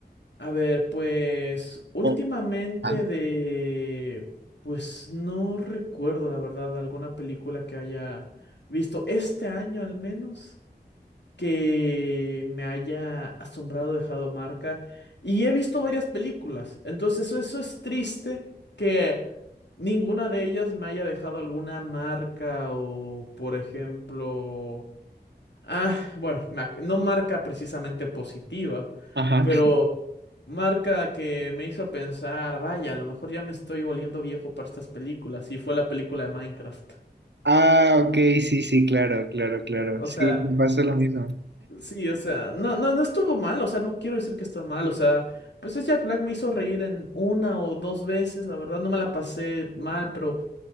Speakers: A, on the left (about 80°); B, on the right (about 80°).
A: A ver, pues últimamente
B: Oh, ah,
A: de, pues no recuerdo, la verdad, alguna película que haya visto este año al menos. que me haya asombrado, dejado marca. Y he visto varias películas, entonces eso, eso es triste que ninguna de ellas me haya dejado alguna marca o, por ejemplo, ah, bueno, ma- no marca precisamente positiva,
B: ajá.
A: pero marca que me hizo pensar, vaya, a lo mejor ya me estoy volviendo viejo para estas películas y fue la película de Minecraft.
B: Ah, ok, sí, sí, claro, claro, claro.
A: O
B: Sí,
A: sea...
B: me pasa lo mismo.
A: Sí, o sea, no, no, no estuvo mal, o sea, no quiero decir que está mal, o sea, pues es Jack Black me hizo reír en una o dos veces, la verdad no me la pasé mal, pero